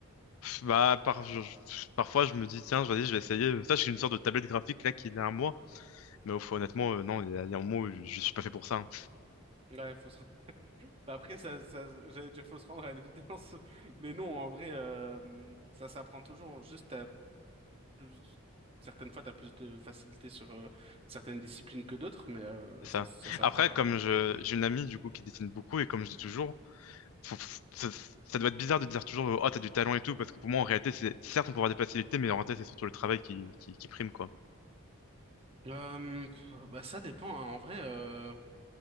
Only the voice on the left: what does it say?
Bah, par- je- je- parfois, je me dis, tiens, vas-y, je vais essayer. Ça, j'ai une sorte de tablette graphique là qui est derrière moi. Mais au fond, honnêtement, euh, non, il y a, il y a un moment où je, je suis pas fait pour ça. hein.
C'est
ça.
Après,
comme
je, j'ai une amie du coup qui dessine beaucoup et comme je dis toujours, faut- faut- ça, ça doit être bizarre de dire toujours, oh, t'as du talent et tout, parce que pour moi, en réalité, c'est certes, on peut avoir des facilités, mais en réalité, c'est surtout le travail qui, qui, qui prime, quoi.